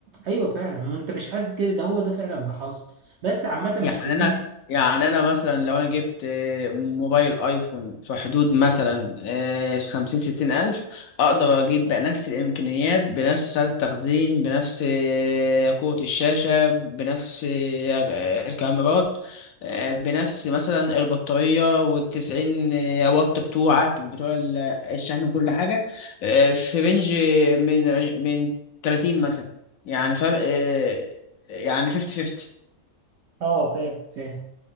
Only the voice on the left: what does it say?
يعني
انا يعني انا مثلا لو انا جبت آه، موبايل ايفون في حدود مثلا آه، خمسين ستين الف اقدر اجيب بقى نفس الامكانيات بنفس سعة التخزين بنفس آه، قوة الشاشة بنفس آه، الكاميرات آه، بنفس مثلا البطارية والتسعين آه، واط بتوعك بتوع ال- الشحن وكل حاجة آه، في رينج من ع- من تلاتين مثلا يعني فرق آه، يعني فيفتي فيفتي